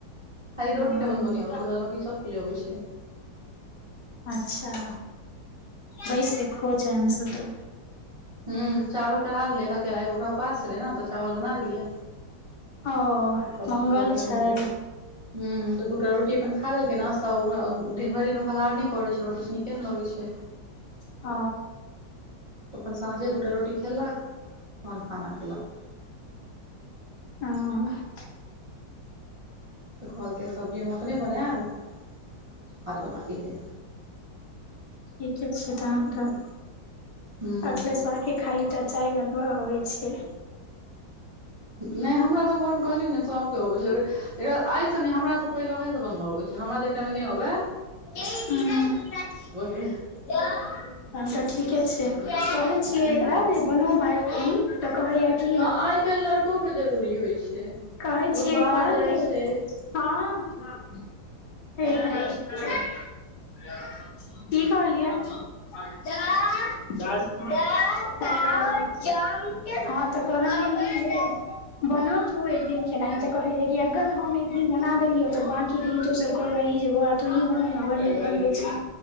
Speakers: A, on the right; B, on the left.
A: खाली
B: हँ
A: रोटी तऽ अपन बने अबै छै, बाद बकी सब चीज अबै छै।
B: अच्छा! बै स खो छै एम सु तू <unintelligible>
A: ह चावल चढ़ा देलियै, कहलकै आइ ओकरा उपास छलै, ने तऽ चावल बना देलियै।
B: ओ
A: सब्जी
B: मंगल
A: कलके अपने
B: छै
A: बनाय। ह तऽ दूटा रोटी अपन खा लेलेलकै ने, ओते ओकरा दिन भरि दिन ओ फलाहार नहि करैत छै, ओकरा किछु नीके ने लगैत छै।
B: ह।
A: अपन साँझे दूटा रोटी खेललक तन खाना खेलक।
B: हु <unintelligible>
A: तऽ कहलके सब्जी व अपने बनाय, ब भात बना दिये।
B: ठीके छै, तहन तऽ
A: हूँ
B: अखलेश्वा के खालीटा चाय बनब यै। छै।
A: नहि हमरा सब घरमे कहलियौ ने सबके अबै छै, आइसँ नहि हमरा सब पहिले बनबऽबै छै, हमरा जे टाइम मे नहि अबय।
B: ह क
A: के
B: त <unintelligible> अच्छा ठीके छै। <unintelligible> कहै
A: हूँ।
B: छियै एकरा जे बनबो भइ कनी। <unintelligible> तऽ कहया कि।
A: हँ आइ काल्हि लड़को के जरूरी होइ छै
B: कहै
A: लोक बाहर
B: छियै,
A: जाइ छै
B: कहलियै, हँ हँ <unintelligible> की कहलियै, दालि भात हँ त कहलियै ई जे बनाउ तू एक दिन खेनाई से कहैये कि अगर हम एक दिन बना देलियै त बांकी दिन तू सब कह रही जे बौआ तु अहां बनाउ ने बड़ नीक बनबै छी।